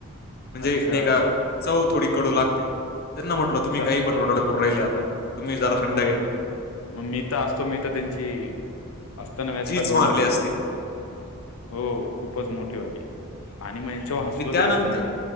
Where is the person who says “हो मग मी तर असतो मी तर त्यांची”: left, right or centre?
Left